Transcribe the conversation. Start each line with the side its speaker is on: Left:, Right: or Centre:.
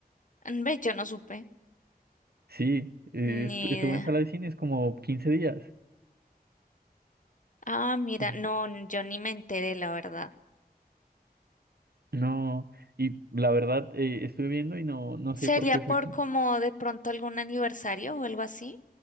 Left: Mm, Ve, yo no supe.
Right: Sí, eh,
Left: Ni
Right: estu- estuve
Left: idea.
Right: en sala de cines como quince días.
Left: Ah, mira,
Right: Y
Left: no, yo ni me enteré, la verdad.
Right: no, y la verdad eh, estuve viendo y no, no
Left: ¿Sería
Right: sé por qué
Left: por
Right: fue. que-
Left: como de pronto algún aniversario o algo así?